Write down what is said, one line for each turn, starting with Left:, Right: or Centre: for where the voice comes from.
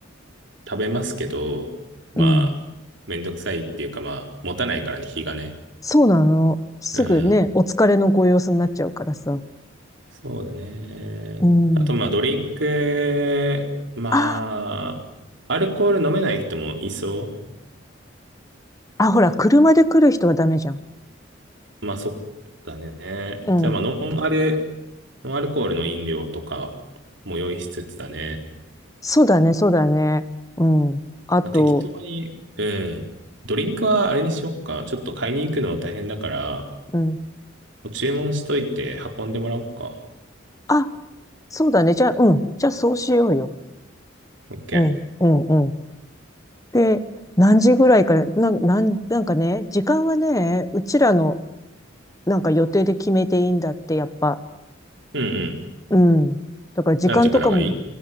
Right: 食べますけど、まあ、
Left: うん。
Right: めんどくさいっていうか、まあ、持たないからね、日がね。
Left: そうなの。すぐね、
Right: うん。
Left: お疲れのご様子になっちゃうからさ。
Right: そうだね。
Left: うん。
Right: あと、まあ、ドリンク、まあ、
Left: あ
Right: アルコール飲めない人もいそ
Left: あ。あ、ほら、車で来る人はダメじゃん。
Right: う。まあ、そうだね。
Left: うん。
Right: じゃあ、まあ、ノンアル、ノンアルコールの飲料とかも用意しつつだね。
Left: そうだね、そうだね。うん。あと、
Right: まあ、適当に、うん。ドリンクはあれにしよっか。ちょっと買いに行くの大変だから、
Left: うん。
Right: もう注文しといて運んでもらおうか。
Left: あ、そうだね。じゃあ、うん。じゃあ、そうしようよ。
Right: OK。
Left: うん、うん、うん。で、何時ぐらいから、な、なん、なんかね、時間はね、うちらの、なんか予定で決めていいんだって、やっぱ。
Right: うんうん。
Left: うん。だから時間とかも
Right: 何時からがいい